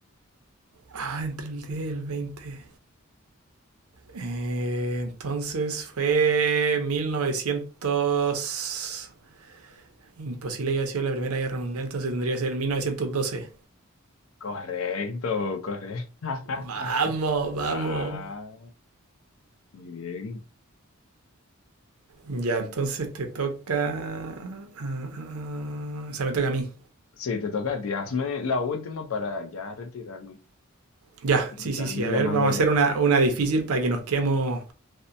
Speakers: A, on the right (about 80°); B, on the left (about 70°).
A: Ah, entre el 10 y el 20. Eh, entonces fue mil novecientos Imposible que haya sido la Primera Guerra Mundial, entonces tendría que ser mil novecientos doce
B: Correcto, correcto. <laughs>
A: Vamos, vamos.
B: Ah, muy bien.
A: Ya, entonces te toca. ah, ah, ah, o sea, me toca a mí.
B: Sí, te toca a ti. Hazme la última para ya retirarme.
A: Ya,
B: Me
A: sí,
B: están
A: sí, sí. A
B: llamando
A: ver, vamos a hacer
B: de
A: una, una difícil para que nos quedemos